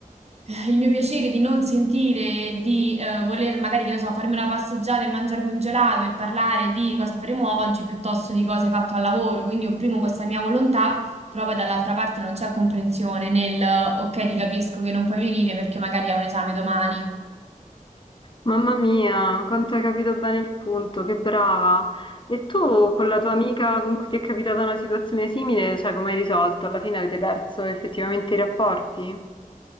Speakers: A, on the right; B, on the left.
A: eh, il mio piacere di non sentire, di eh, voler magari, che ne so, farmi una passeggiata e mangiarmi un gelato e parlare di cosa faremo oggi piuttosto di cosa hai fatto al lavoro. Quindi opprimo questa mia volontà, però poi dall'altra parte non c'è comprensione nel ok, ti capisco che non puoi venire perché magari hai un esame domani.
B: Mamma mia, quanto hai capito bene il punto, che brava. E tu con la tua amica con cui ti è capitata una situazione simile, cioè come hai risolto? Alla fine avete perso effettivamente i rapporti?